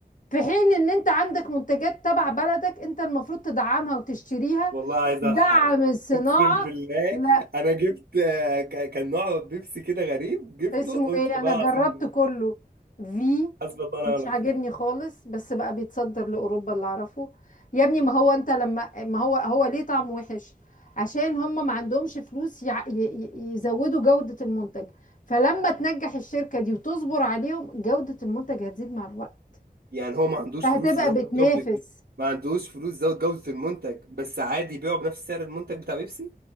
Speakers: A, on the left; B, on the right.
A: في حين ان انت عندك منتجات تبع بلدك انت المفروض تدعمها وتشتريها
B: والله عايز
A: دعم
B: الحرب
A: الصناعة
B: اقسم بالله
A: لا
B: انا جبت آه، ك- كان نوع بيبسي كده غريب جبته
A: اسمه
B: قلت
A: ايه
B: والله
A: انا جربت
B: العظيم
A: كله في
B: حسبي الله ونعم
A: مش
B: الوكيل
A: عاجبني خالص بس بقى بيتصدر لاوروبا اللي اعرفه يا ابني ما هو انت لما ما هو هو ليه طعم وحش عشان هم ما عندهمش فلوس يع- ي- ي- يزودوا جودة المنتج فلما تنجح الشركة دي وتصبر عليهم جودة المنتج هتزيد مع الوقت
B: يعني هو ما عندوش
A: فهتبقى
B: فلوس يزود
A: بتنافس
B: جودة ما عندوش فلوس يزود جودة المنتج بس عادي يبيعه بنفس سعر المنتج بتاع بيبسي